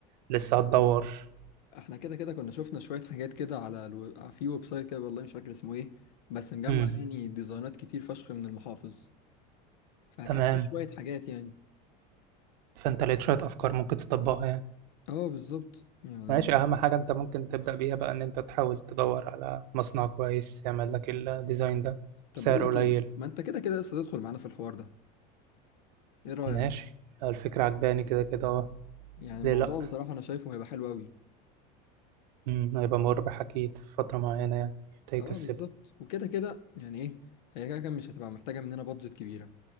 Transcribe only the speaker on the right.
لسه هتدور
امم
تمام
فانت لقيت شوية افكار ممكن تطبقها يعني
ماشي أهم حاجة أنت ممكن تبدأ بيها بقى إن أنت تحاول تدور على مصنع كويس يعمل لك الديزاين ده
بسعر
قليل
ماشي الفكرة عجباني كده كده أه
ليه لأ
أمم، هيبقى مربح أكيد في فترة معينة يعني حتى يكسبنا